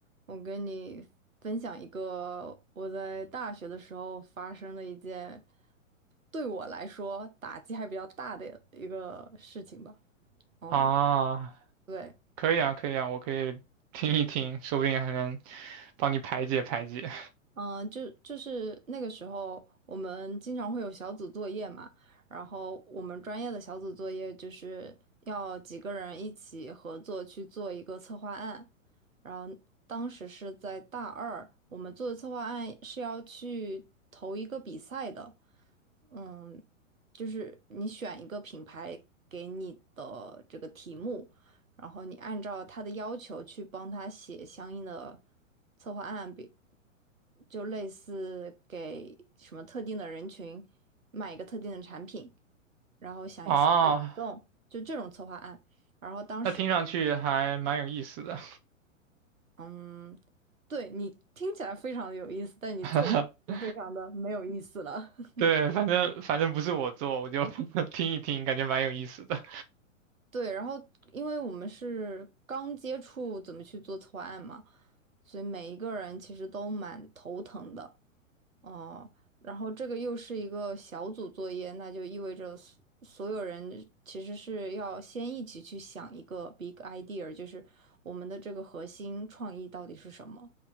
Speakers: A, on the right; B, on the right.
A: 我跟你分享一个我在大学的时候发生的一件对我来说打击还比较大的一个事情吧。嗯，
B: 啊，
A: 对，
B: 可以啊，可以啊，我可以听一听，说不定还能帮你排解排解。
A: 嗯，呃就就是那个时候，我们经常会有小组作业嘛，然后我们专业的小组作业就是要几个人一起合作去做一个策划案，然后当时是在大二，我们做的策划案是要去投一个比赛的，嗯，就是你选一个品牌给你的这个题目，然后你按照他的要求去帮他写相应的策划案，比就类似给什么特定的人群卖一个特定的产品，然后想一些活动，
B: 啊，
A: 就这种策划案。然后当时，
B: 那听上去还蛮有意思的。
A: 嗯，对你听起来非常的有意思，但你做出来就非常的没有意思了。
B: <laughs>
A: <laughs>
B: 对，反正反正不是我做，我就 <laughs> 听一听，感觉蛮有意思的。
A: 对，然后因为我们是刚接触怎么去做策划案嘛，所以每一个人其实都蛮头疼的。哦，然后这个又是一个小组作业，那就意味着所所有人其实是要先一起去想一个 big idea，就是我们的这个核心创意到底是什么。